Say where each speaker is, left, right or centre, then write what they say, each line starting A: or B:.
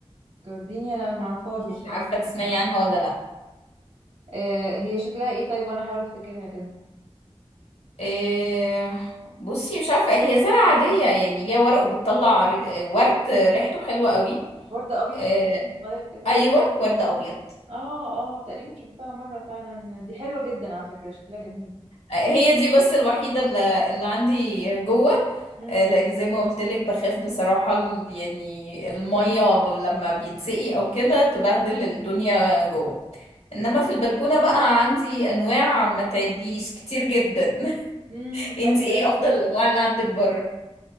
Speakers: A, on the right; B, on the left.
A: جوردينيا لا انا معرفهاش
B: مش
A: بس انا
B: عارفة تسمعي
A: ممكن أعرف.
B: عنها ولا لا
A: آه هي شكلها ايه طيب وانا احاول افتكرها كده
B: آه، بصي مش عارفة هي زرع عادية يعني ليها ورق وبتطلع ر- آه، ورد ريحته حلوة قوي
A: ورد ابيض
B: آه،
A: صغير كده
B: ايوه ورد ابيض
A: اه اه تقريبا شفتها مره فعلا دي حلوه جدا على فكره شكلها جميل
B: آه، هي دي بس الوحيده اللي اللي عندي جوه
A: امم
B: آه، لان زي ما قلت لك بخاف بصراحة ال- يعني المية ب- لما بيتسقي او كده تبهدل الدنيا جوه انما في البلكونة بقى عندي انواع ما تعديش كتير جدا <laughs>
A: امم
B: انتي
A: ايوه
B: ايه
A: أيوة.
B: افضل <laughs> الانواع اللي عندك بره